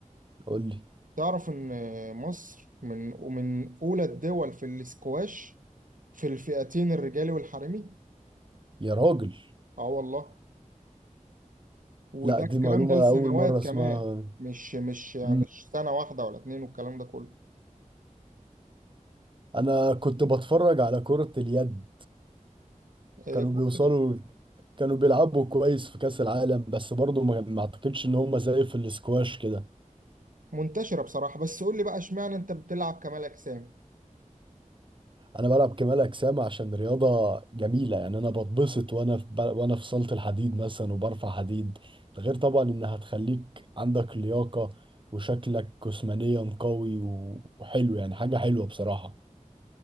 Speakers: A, on the right; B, on the right.
A: قول لي
B: تعرف إن مصر من ومن أولى الدول في الاسكواش في الفئتين الرجالي والحريمي
A: يا راجل
B: آه والله وده
A: لا دي
B: الكلام
A: معلومة
B: ده لسنوات
A: أول مرة أسمعها
B: كمان مش مش مش
A: مم.
B: سنة واحدة ولا اتنين والكلام ده كله
A: أنا كنت بتفرج على كرة اليد
B: آه،
A: كانوا
B: كنت
A: بيوصلوا كانوا بيلعبوا كويس في كأس العالم بس برضو ما ما أعتقدش إن هم زي في الاسكواش كده
B: منتشرة بصراحة بس قول لي بقى اشمعنى أنت بتلعب كمال أجسام
A: انا بلعب كمال اجسام عشان رياضه جميله يعني انا بتبسط وانا في بل... وانا في صاله الحديد مثلا وبرفع حديد ده غير طبعا انها هتخليك عندك لياقه وشكلك جسمانيا قوي و... وحلو يعني حاجه حلوه بصراحه